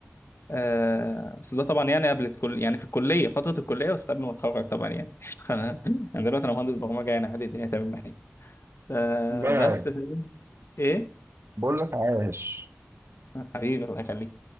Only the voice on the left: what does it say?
آه، بس ده طبعا يعني قبل الكل يعني في الكلية فترة الكلية بس قبل ما أتخرج طبعا يعني <laughs> أنا أنا دلوقتي أنا مهندس برمجة يعني عادي الدنيا تمام معايا آه،
بس
إيه؟
حبيبي الله يخليك